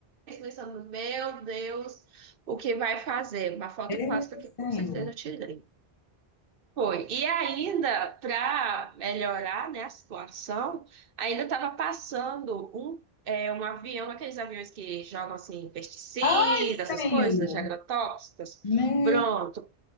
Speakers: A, on the right; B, on the left.
A: pensando, meu Deus, o que vai fazer? Uma foto
B: Ei,
A: clássica que com
B: Senhor.
A: certeza eu tirei. Foi. E ainda, para melhorar, né, a situação, ainda estava passando um, é, um avião, aqueles aviões que jogam assim, pesticidas,
B: Ai, Senhor.
A: essas coisas, de agrotóxicos.
B: Meu
A: Pronto,